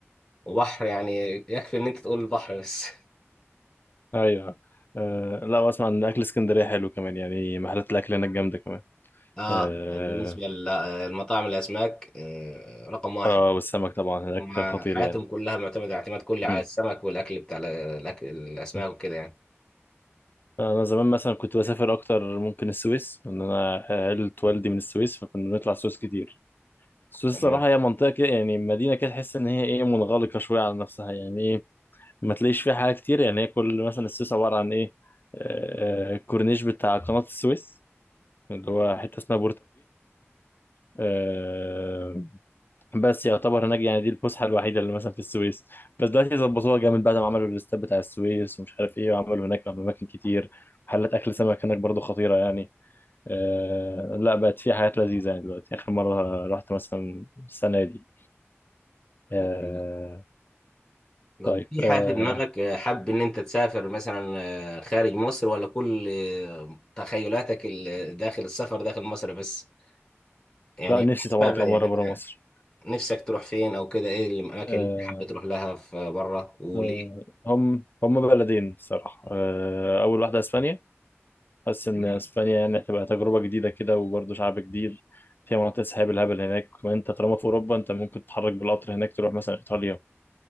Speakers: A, on the left; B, on the left.
A: وبحر يعني يكفي إن أنت تقول البحر بس <laughs>
B: ايوه أه لا واسمع ان اكل اسكندريه حلو كمان يعني محلات الاكل هناك جامده كمان
A: آه
B: آه،
A: يعني بالنسبة للمطاعم الأسماك آه، رقم واحد
B: اه والسمك طبعا هناك
A: هما
B: خطير
A: حياتهم
B: يعني
A: كلها معتمدة اعتماد كلي على
B: مم.
A: السمك والأكل بتاع الأكل الأسماك
B: مم.
A: وكده يعني
B: انا زمان مثلا كنت بسافر اكتر ممكن السويس ان انا عيلة والدي من السويس فكنا بنطلع السويس كتير السويس
A: تمام
B: صراحة هي منطقة كده يعني مدينة كده تحس ان هي ايه منغلقة شوية على نفسها يعني ايه ما تلاقيش فيها حاجة كتير يعني هي كل مثلا السويس عبارة عن ايه آه، آه، الكورنيش بتاع قناة السويس اللي هو حتة اسمها بورتوفيق بس يعتبر هناك يعني دي الفسحه الوحيده اللي مثلا في السويس بس دلوقتي ظبطوها جامد بعد ما عملوا الاستاد بتاع السويس ومش عارف ايه وعملوا هناك اماكن كتير محلات اكل سمك هناك برضو خطيره يعني آه لا بقت في حاجات لذيذه يعني دلوقتي اخر مره رحت مثلا السنه دي آه
A: <laughs> طب
B: طيب
A: في
B: آه
A: حاجة في دماغك آه، حابب إن أنت تسافر مثلا آه، خارج مصر ولا كل آه، تخيلاتك ال- داخل السفر داخل مصر بس يعني
B: لا
A: في
B: نفسي
A: المستقبل
B: طبعا اطلع مره
A: يعني
B: بره مصر
A: أنت نفسك تروح فين أو كده إيه الأماكن
B: آه
A: اللي أنت حابب تروح لها في بره وليه؟
B: آه هم هم بلدين صراحه آه اول واحده اسبانيا حاسس ان
A: تمام.
B: اسبانيا يعني هتبقى تجربه جديده كده وبرضه شعب جديد فيها مناطق سحاب الهبل هناك كمان انت طالما في اوروبا انت ممكن تتحرك بالقطر هناك تروح مثلا ايطاليا